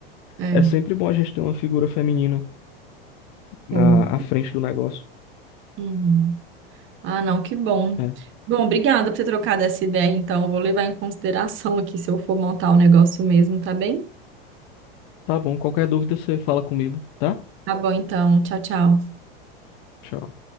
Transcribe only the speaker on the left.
É sempre bom a gente ter uma figura feminina na
à frente do negócio.
É.
Tá bom, qualquer dúvida você fala comigo, tá?
Tchau.